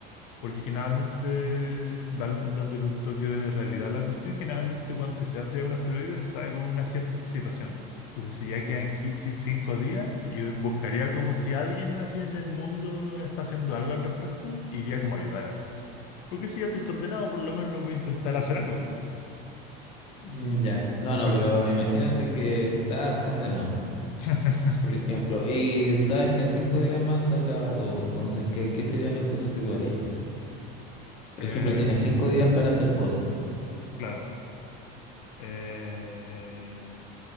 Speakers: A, on the left; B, on the left.
A: Porque generalmente, dan- dándole un toque de realidad a la cuestión, generalmente cuando si se va a estrellar un asteroide, se sabe con una cierta anticipación. Entonces, si ya quedan qui- si- cinco días, yo buscaría como si alguien así en el mundo está haciendo algo al respecto, iría como a ayudar así. Porque si ya estoy condenado, por lo menos no voy a intentar hacer algo.
B: Mm, Ya, no, no,
A: Pero-
B: pero imagínate que estás condenado,
A: <laughs>
B: por ejemplo, y sabes que en cinco días más se acaba todo, entonces, ¿qué, qué serían las cosas que tú harías? Por
A: Eh,
B: ejemplo, tiene cinco días para hacer cosas.
A: claro. Eh,